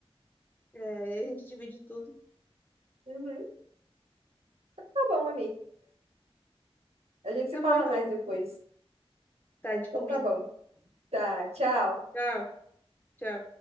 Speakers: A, on the left; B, on the right.
A: É, e a gente divide tudo.
B: Uhum. Tá bom, amiga. A gente se
A: Tá
B: fala
A: bom, então.
B: mais depois.
A: Tá, a gente
B: Então
A: combina.
B: tá bom. Tá, tchau.
A: Tchau, tchau.